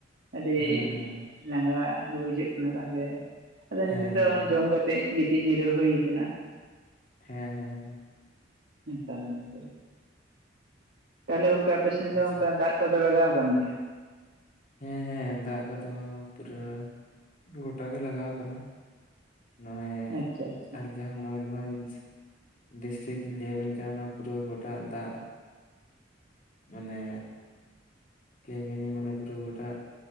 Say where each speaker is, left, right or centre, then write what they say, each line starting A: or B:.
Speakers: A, on the right; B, on the left.
A: ᱟᱹᱰᱤ
B: ᱦᱮᱸ
A: ᱞᱟᱸᱜᱟ ᱜᱮ ᱵᱩᱡᱷᱟᱹᱜ ᱠᱟᱱᱟ ᱛᱟᱦᱚᱞᱮ᱾ ᱟᱫᱚ ᱱᱤᱛᱚᱜ
B: ᱦᱮᱸ ᱦᱮᱸ
A: ᱫᱚ
B: ᱦᱮᱸ
A: ᱡᱚᱢ ᱠᱟᱛᱮᱫ ᱜᱤᱛᱤᱡ ᱡᱤᱨᱟᱹᱣ ᱦᱩᱭ ᱠᱟᱱᱟ᱾
B: ᱦᱮᱸ ᱦᱮᱸ᱾
A: ᱦᱮᱸ ᱛᱟᱦᱚᱞᱮ ᱜᱚᱝᱠᱮ᱾ ᱛᱟᱦᱚᱞᱮ ᱜᱚᱝᱠᱮ ᱟᱯᱮᱥᱮᱱ ᱫᱚ
B: ᱟᱪᱪᱷᱟ
A: ᱚᱱᱠᱟ ᱫᱟᱜ ᱠᱚᱫᱚ ᱞᱟᱜᱟᱣ ᱠᱟᱱ ᱜᱮᱭᱟ?
B: ᱦᱮᱸ ᱦᱮᱸ ᱫᱟᱜ ᱠᱚᱫᱚ ᱯᱩᱨᱟᱹ ᱜᱚᱴᱟ ᱜᱮ ᱞᱟᱜᱟᱣ ᱠᱟᱱᱟ᱾ ᱱᱚᱜ-ᱚᱭ
A: ᱟᱪᱪᱷᱟ ᱟᱪᱪᱷᱟ
B: ᱟᱞ ᱡᱟᱦᱟᱸ ᱢᱚᱭᱩᱨᱵᱷᱚᱸᱡᱽ ᱰᱤᱥᱴᱤᱠ ᱤᱧ ᱞᱟᱹᱭ ᱟᱵᱮᱱ ᱠᱟᱱᱟ ᱚᱱᱟ ᱯᱩᱨᱟᱹ ᱜᱚᱴᱟ ᱫᱟᱜ ᱢᱟᱱᱮ ᱞᱟᱹᱭ ᱟᱵᱮᱱᱤᱧ ᱢᱟᱱᱮ ᱯᱩᱨᱟᱹ ᱜᱚᱴᱟ